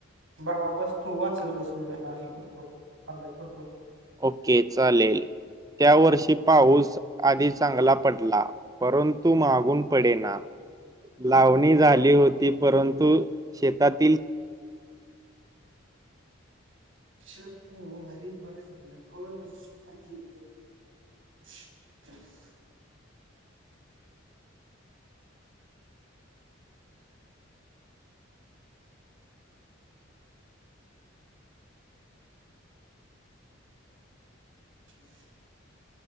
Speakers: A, on the right (about 75°); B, on the right (about 20°).
A: बाळा बस तु वाचत बस मी जरा अशी करतो अभ्यास करतो.
B: ओके चालेल त्या वर्षी पाऊस आधी चांगला पडला. परंतु मागून पडे ना. लावणी झाली होती परंतु शेतातील
A: <unintelligible> <unintelligible> <unintelligible>